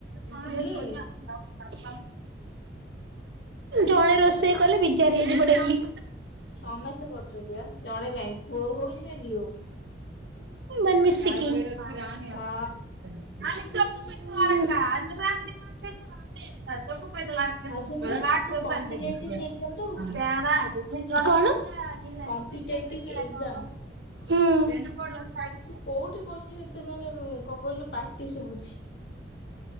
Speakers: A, on the right; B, on the left.
A: ହଁ
B: ହୁଁ
A: ପୁଣି ଆସ ଜଣେ ରୋଷେଇ କଲେ ବିଜାର ହେଇଯିବ ଡେଲି
B: ସମସ୍ତେ କରୁଛନ୍ତି ପା ଜଣେ କାଇ ପୁଅ ହୋଉ ସେ ଝିଅ ହୋଉ।
A: ମା ମିଶିକି। <unintelligible>
B: ହଁ
A: <unintelligible>
B: ଆଉ ଶୁଣୁନୁ ତୁ କମ୍ପିଟେଟିଭ ଏକ୍ଜାମ ଦବୁ କି?
A: କଣ
B: କମ୍ପିଟେଟିଭ ଏକ୍ଜାମ
A: ହଁ।
B: ତୁ କୋଉଠି ବଇଚୁ ଏତେ ମାନେ କଣ କହିଲୁ ପା ଶୁଭୁଛି।